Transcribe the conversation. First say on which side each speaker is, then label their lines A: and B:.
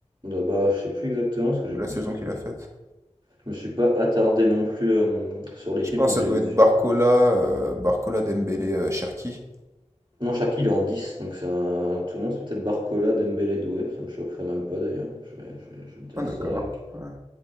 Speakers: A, on the right; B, on the right.
A: Bah, bah, je sais plus exactement, parce que je
B: de la saison
A: me suis,
B: qu'il a faite.
A: je me suis pas attardé non plus euh, sur l'équipe
B: Je pense
A: quand
B: que
A: j'ai
B: ça doit être
A: vu.
B: Barcola, euh, Barcola, Dembélé, euh, Cherki.
A: Non, Sharky, il est en 10, donc c'est un... tout le monde, c'est peut-être Barcola, Dembélé, Doué, ça me choquerait même pas d'ailleurs, je vais, je vais- je vais te dire
B: Ah d'accord.
A: ça, et que-
B: ouais.